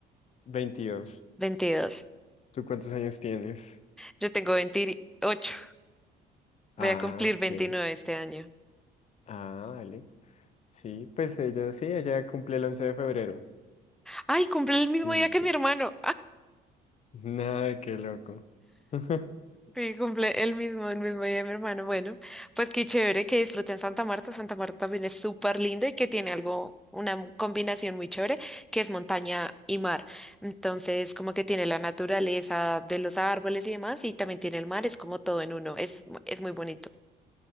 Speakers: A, on the left (about 40°); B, in the centre.
A: veintidós
B: 22.
A: ¿Tú cuántos años tienes?
B: Yo tengo veintiocho, Voy
A: Ah,
B: a cumplir 29
A: ok.
B: este año.
A: Ah, vale. Sí, pues ella sí, ella cumple el 11 de febrero.
B: Ay, cumple el mismo
A: Sí,
B: día
A: sí,
B: que
A: sí.
B: mi hermano.
A: <laughs> Nada, qué loco. <laughs>
B: Sí, cumple el mismo, el mismo día de mi hermano. Bueno, pues qué chévere que disfruten Santa Marta. Santa Marta también es súper linda y que tiene algo, una mu- combinación muy chévere, que es montaña y mar. Entonces, como que tiene la naturaleza de los árboles y demás, y también tiene el mar, es como todo en uno, es, es muy bonito.